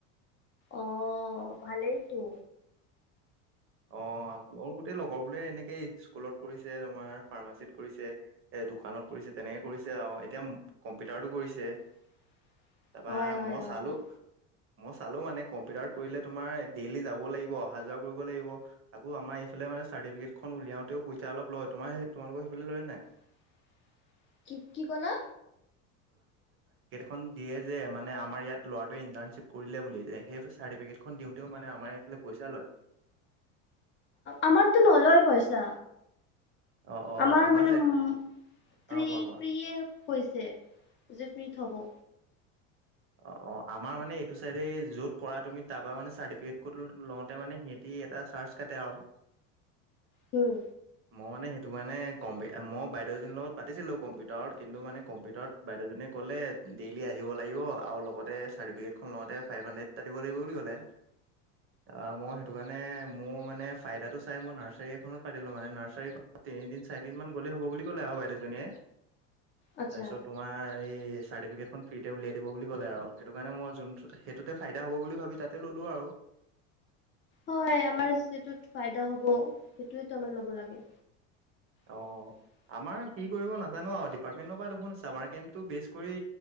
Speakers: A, on the left; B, on the right.
A: আহ ভালেইতো
B: অ অ মোৰ গোটেই লগৰ বোলে এনেকে স্কুলত কৰিছে তোমাৰ ফাৰ্মাচিতত কৰিছে এ দোকানত কৰিছে। তেনেকে কৰিছে আৰু এতিয়া কম্পিউটাৰ টো কৰিছে।
A: <inaudible>
B: তাৰপৰা
A: হয়, হয়,
B: মই
A: হয়,
B: চালো।
A: হয়।
B: মই চালো মানে কম্পিউটাৰত কৰিলে তোমাৰ ডেইলি যাব লাগিব। অহা যোৱা কৰিব লাগিব। আক আমাৰ এইফাল মানে চাৰ্টিফিকেটখন উলিয়াওতেও পইচা অলপ লয়। তোমাৰ তোমালোকৰ সেইফালে লয় নাই?
A: <inaudible> কি ক'লা?
B: খন দিয়ে যে মানে আমাৰ ইয়াত ল'ৰাোৱ ইণ্টাৰ্শ্বিপ কৰিলে বুলি যে সেই চাৰ্টিফিকেটখন দিওঁতে মানে। পইচা লয়।
A: আমাৰতো নলয় পইচা।
B: অ অ
A: আমাৰ মানে
B: চাইড
A: উ প্ৰ
B: অ
A: প্ৰিয়।
B: কোৱা কোৱা
A: হৈছে যে ফ্ৰীত হ'ব।
B: অ অ আমাৰ মানে এইটো চাইডে যত কৰা তুমি তাৰ পৰা মানে চাৰ্টিফিকেট কত লওঁতে মানে সিহতি। কি এটা চাৰ্চ কাটতে আৰু।
A: উম
B: মই মানে সেইটো কাৰণে কম্পিউটাৰ মই বাইদেউজনীৰ লগত পাতিছিলোঁ কম্পিউটাৰত। কিন্তু মানে কম্পিউটাৰত বাইদেউজনীয়ে। ক'লে ডেইলি আহিব লাগিব। আৰু লগতে চাৰ্টিফিকেটখন লগতে ফাইভ হাণ্ড্ৰেড এটা দিব লাগিব বুলি ক'লে। আহ মই সেইটো কাৰণে মোৰ মানে ফাইদাটো চাই মই নাৰ্চাৰী এখনত পাতিলো মানে। নাৰ্চাৰীখন। তিনিদিন চাৰিদিন মান গ'লেই হ'ব বুলি ক'লে আৰু বাইদেউজনীয়ে।
A: আচ্ছা।
B: তাৰপিছত তোমাৰ এই চাৰ্টিফিকেটখন ফ্ৰিতে ওলিয়াই দিব। বুলি ক'লে আৰু সেইটো কাৰণে মই যোন সেইটোতে ফাইদা হ'ব বুলি ভাবি তাতে ল'লো আৰু।
A: হয় আমাৰ যিটোত ফাইদা হ'ব সেইটোৱটো আমাৰ ল'ব লাগে।
B: অ'
A: উ <inaudible>
B: আমাৰ কি কৰিব নাজানো আৰু ডিপাৰ্টমেণ্টৰ পৰা দেখোন চাবাৰ গেমটো বেচ কৰি